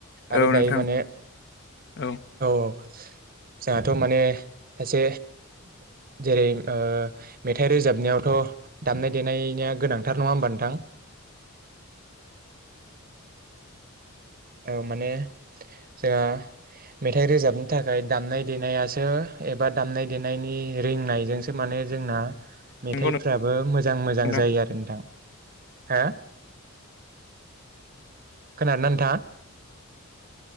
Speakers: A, on the right; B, on the left.
A: आरो
B: औ नोंथां
A: दायो माने
B: औ
A: औ जोंहाथ माने सासे जेरै ओ मेथाइ रोजाबनायावथ दामनाय देनाया गोनांथार नङा होमबा नोंथां? औ माने जोंहा मेथाइ रोजाबनो थाखाय दामनाय देनायासो एबा दामनाय देनायनि रोंनायजोंसो माने जोंना मेथाइफ्राबो
B: नंगौ
A: मोजां मोजां
B: नोंथां
A: जायो आरो नोंथां हा खोनादों नोंथां?